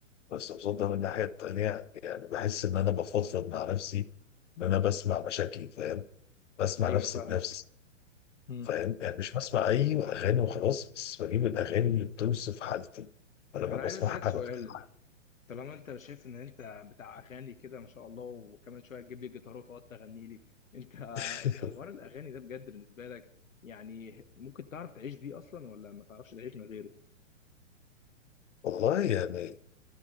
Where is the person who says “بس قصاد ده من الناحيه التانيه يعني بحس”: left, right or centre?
Left